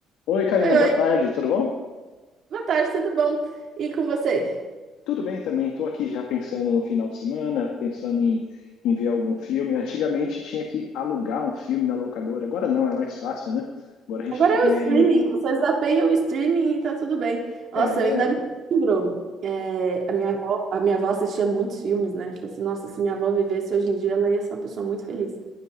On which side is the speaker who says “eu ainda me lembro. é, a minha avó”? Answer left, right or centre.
Right